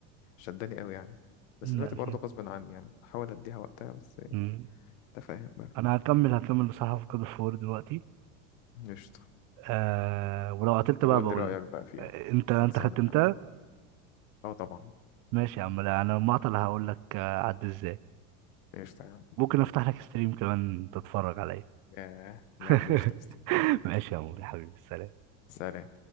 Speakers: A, on the left; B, on the right.
A: شداني قوي يعني بس
B: ماشي
A: دلوقتي برضه غصب عني يعني بحاول أديها وقتها بس
B: امم
A: أنت فاهم بقى
B: انا هكمل هكمل بصراحه في كود اوف وور دلوقتي
A: قشطة
B: آه ولو قتلت
A: يبقى
B: بقى
A: قول
B: بقول
A: لي رأيك
B: لك
A: بقى فيها
B: آه، انت انت
A: خلصانة
B: ختمتها
A: يعني اه طبعا
B: ماشي يا عم لا انا المعطل هقول لك آه، عد ازاي
A: قشطة يا عم
B: ممكن افتح لك ستريم كمان تتفرج عليا
A: ياه
B: <laughs>
A: يا عم قشطة قشطة
B: ماشي يا عمور يا حبيبي سلام
A: سلام